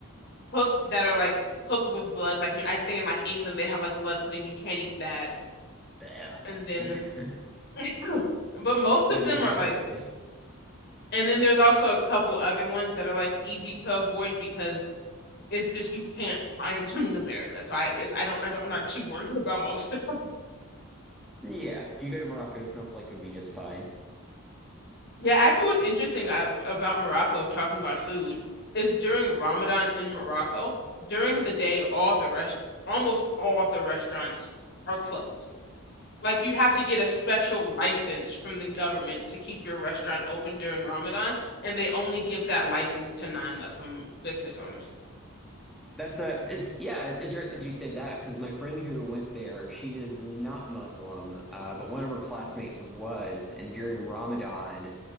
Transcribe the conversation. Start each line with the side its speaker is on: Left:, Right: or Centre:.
Left: cooked that are like cooked with blood, like I think in like England they have like blood pudding, you can't eat that.
Centre: Yeah.
Left: And then
Centre: <laughs> That'd
Left: <laughs> but most
Centre: be
Left: of them
Centre: easy
Left: are like
Centre: to avoid.
Left: and then there's also a couple other ones that are like easy to avoid because it's just you can't find them in America. So I it's, I don't I don't I'm not too worried <laughs> about most of them.
Centre: Yeah, if you go to Morocco, it sounds like you'll be just fine.
Left: Yeah, actually what's interesting uh, about Morocco talking about food is during Ramadan in Morocco, during the day all the rest almost all the restaurants are closed. Like you have to get a special license from the government to keep your restaurant open during Ramadan, and they only give that license to non-Muslim business owners.
Centre: That's a, it's, yeah, it's interesting you say that because my friend who went there, she is not Muslim, uh, but one of her classmates was. And during Ramadan,